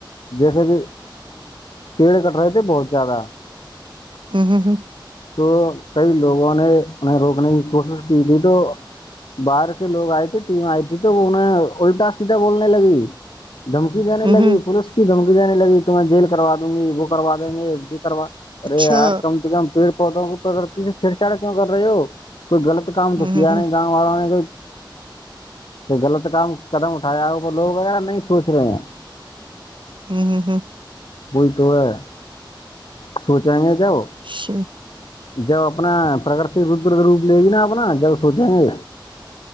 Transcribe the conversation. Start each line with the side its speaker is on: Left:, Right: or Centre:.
Left: جیسے کہ پیڑ کٹ رہے تھے بہت زیادہ
Right: ہیم
Left: تو کئی لوگوں نے انہیں روکنے کی کوشش کی تھی تو باہر کے لوگ آئے تھے ٹیم آئی تھی تو انہیں الٹا سیدھا بولنے لگی دم دمکی دینے لگی
Right: ہ ہ
Left: پولیس کی دھمکی دینے لگی تو میں جیل کرا دوں گی وہ کروا دیں گے جی کروا
Right: اچھا
Left: ارے یار کم سے کم پیڑ پودوں کو پرکرتی سے چھیڑ چھاڑ کیوں کر رہے ہو کوئی غلط کام
Right: ہ
Left: تو کیا
Right: ہ
Left: نہیں گاؤ والوں نے کوئی کہ غلط کام قدم اٹھایا ہو وہ لوگ وغیرہ نہیں سوچ رہے ہیں
Right: ہوں ہ ہوں
Left: وہی تو ہے سوچیں گے کیا ہو
Right: <unintelligible> <inaudible>
Left: جب اپنا پرکتی روپ لے گی نا اپنا جب سوچیں گے